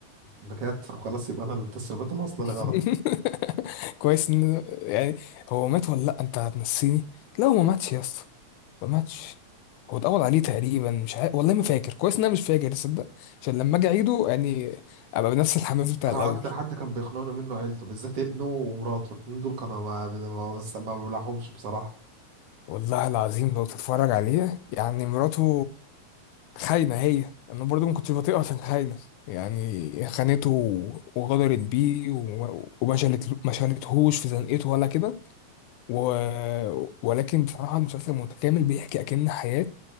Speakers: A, on the right; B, on the left.
A: بجد خلاص يبقى انا التسريبات اللي واصله
B: <laughs>
A: لي غلط
B: كويس ان يعني هو مات ولا لا انت هتنسيني لا هو ما ماتش يا اسطى ما ماتش هو اتقبض عليه تقريبا مش عارف والله ما فاكر كويس ان انا مش فاكر تصدق عشان لما اجي اعيده يعني ابقى بنفس الحماس بتاع
A: انا
B: الاول
A: اكتر حد كان بيخنقني منه عيلته بالذات ابنه ومراته الاتنين دول كانوا ما ما ما بلاحظهمش بصراحه
B: والله العظيم لو تتفرج عليه يعني مراته خاينه هي انا برضو ما كنتش بطيقها عشان خاينه يعني خانته وغدرت بيه وما وما شالت ما شالتهوش في زنقته ولا كده و... ولكن بصراحة المسلسل متكامل بيحكي أكن حياة